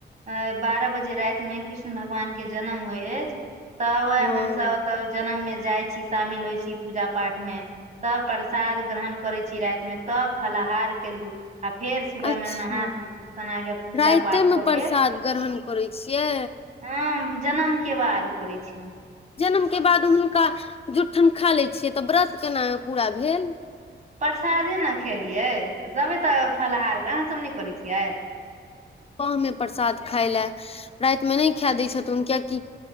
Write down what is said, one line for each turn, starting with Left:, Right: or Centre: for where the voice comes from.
Right: आई बारह बजे राति मे कृष्ण भगवान के जनम होइ है अछि। तब
Left: हँ
Right: हमसब ओत जनम मे जाइ छी। शामिल होइ छी। पूजा पाठ मे तब प्रसाद ग्रहण करै छी। राति मे तब फलहार केलु आ फेर सुबहमे
Left: अच्छा
Right: नहा सुना केऽ पूजा
Left: राइते
Right: पाठ
Left: मे
Right: कऽ
Left: प्रसाद
Right: के
Left: ग्रहण करै छियै
Right: हम जनम केऽ बाद करै छी हम स
Left: जनम के बाद हुनका जुट्ठन खा लै छियै। तऽ व्रत केना पूरा भेल।
Right: प्रसादे न खेलियै तबे तऽ फलहार अहाँ सब नै करै छियाय
Left: <unintelligible> प्रसाद खाएय लए रातिमे नै खाए दै छथुन। कियाकि